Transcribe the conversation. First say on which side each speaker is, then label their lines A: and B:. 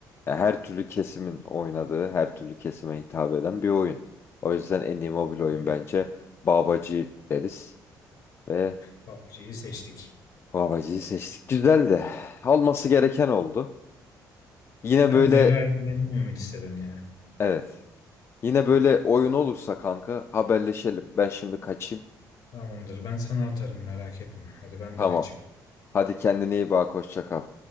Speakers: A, on the left; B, on the left.
A: Ya her türlü kesimin oynadığı, her türlü kesime hitap eden bir oyun. O yüzden en iyi mobil oyun
B: Böyle
A: bence Babacı deriz ve
B: PUBG'yi seçtik.
A: Babacı'yı seçtik. Güzeldi. Alması gereken oldu. Yine
B: Ben
A: böyle
B: de gayet memnunum listeden ya.
A: evet. Yine böyle oyun olursa kanka haberleşelim. Ben şimdi kaçayım.
B: Tamamdır. Ben sana atarım merak etme. Hadi ben
A: Tamam.
B: de kaçayım.
A: Hadi kendine iyi bak. Hoşça kal.